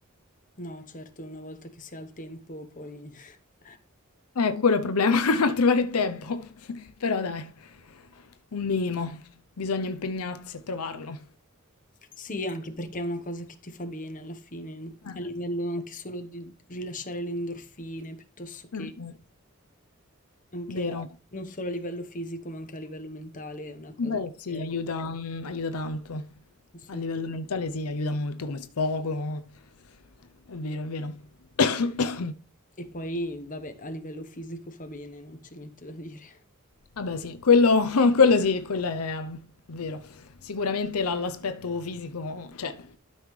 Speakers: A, on the left; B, on the left.
A: No, certo, una volta che si ha il tempo poi <laughs>
B: Eh, quello è il problema, <laughs> a trovare il tempo. <laughs> Però dai, un minimo, bisogna impegnarsi a trovarlo.
A: Sì, anche perché è una cosa che ti fa bene alla fine,
B: Eh.
A: a livello anche solo di rilasciare le endorfine, piuttosto che
B: Mh-mh.
A: anche
B: Vero.
A: a- non solo a livello fisico, ma anche a livello mentale, è una cosa
B: Beh
A: che
B: sì,
A: serve
B: aiuta mhmm, aiuta tanto.
A: assolutamente.
B: A livello mentale sì, aiuta molto come sfogo. È vero, è vero. <coughs>
A: E poi, vabbè, a livello fisico fa bene, non c'è niente da dire.
B: Vabbè sì, quello <laughs> quello sì, quello è vero. Sicuramente la l'aspetto fisico c'è,